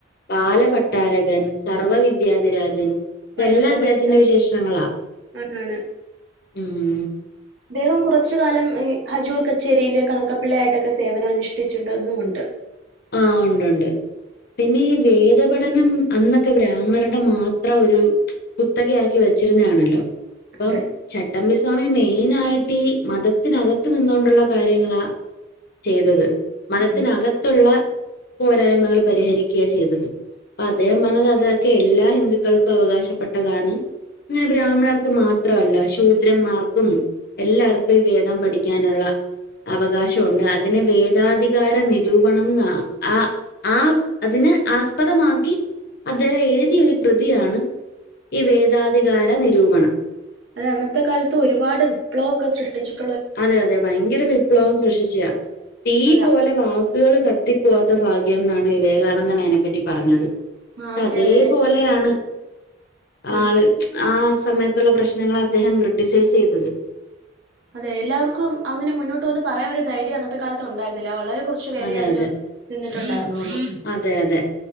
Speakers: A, on the left (about 60°); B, on the right (about 80°).
A: ബാലഭട്ടാരകൻ സർവ വിദ്യാധിരാജൻ ഇതെല്ലാം
B: പരമഭട്ട
A: അദ്ദേഹത്തിന്റെ വിശേഷണങ്ങളാ
B: ആണാണ്.
A: ഉം
B: അദ്ദേഹം കുറച്ച കാലം ഈ ഹജൂർ കച്ചേരിയിലെ കണക്കപ്പിള്ളയായിട്ടൊക്കെ സേവനം അനുഷ്ഠിച്ചിട്ടതുണ്ട്
A: ആ ഒണ്ട് ഒണ്ട് പിന്നെ ഈ വേദപഠനം അന്നൊക്കെ ബ്രാഹ്മണരുടെ മാത്രം ഒരു കുത്തകയാക്കി വെച്ചിരുന്നയാണല്ലോ ഇപ്പം
B: അതെ
A: ചട്ടമ്പിസ്വ സ്വാമി മെയിനായിട്ട് ഈ മതത്തിനകത്ത് നിന്നോണ്ടുള്ള കാര്യങ്ങളാ ചെയ്തത് മതത്തിനകത്തുള്ള
B: ഉം
A: പോരായ്മകൾ പരിഹരിക്ക ചെയ്തത് അദ്ദേഹം പറഞ്ഞത് അതൊക്കെ എല്ലാ ഹിന്ദുക്കൾക്കും അവകാശപ്പെട്ടതാണ് അങ്ങനെ ബ്രാഹ്മണമാർക്ക് മാത്രമല്ല ശൂദ്രന്മാർക്കും എല്ലാവർക്കും ഈ വേദം പഠിക്കാനുള്ള അവകാശൊണ്ട് അതിന് വേദാധികാര രൂപണം ന ആ ആ അതിനെ ആസ്പദമാക്കി അദ്ദേഹം എഴുതിയ ഒരു കൃതിയാണ് ഈ വേദാധികാര നിരൂപണം
B: അത് അന്നത്തെ കാലത്ത് ഒരുപാട് വിപ്ലവോക്കെ സൃഷ്ടിച്ചിട്ട
A: അതെ അതെ ഭയങ്കര വിപ്ലവം സൃക്ഷിച്ച തീ
B: അതാ
A: പോലെ വ വക്കുകള് കത്തിപ്പോവാത്ത ഭാഗ്യം എന്നാണ് വിവേകാനന്ദൻ അതിനെപ്പറ്റി പറഞ്ഞത്
B: ആഹ് അതെ
A: അതേപോലെയാണ്
B: അതെ ഞാൻ ഉം
A: ആള് ആ സമയത്തുള്ള പ്രശ്നങ്ങള് അദ്ദേഹം ക്രിട്ടിസൈസ് ചെയ്തത്
B: അതെ എല്ലാവർക്കും അങ്ങനെ മുന്നോട്ട് വന്ന് പറയാൻ ഒരു ധൈര്യം അന്നത്തെ കാലത്ത്ഉണ്ടായിരുന്നില്ല വളരെ കുറച്ചു പേരെ
A: അതെ
B: അതിന്
A: അതെ
B: നിന്നിട്ടുണ്ടായിരുന്നുള്ളു
A: അതെ അതെ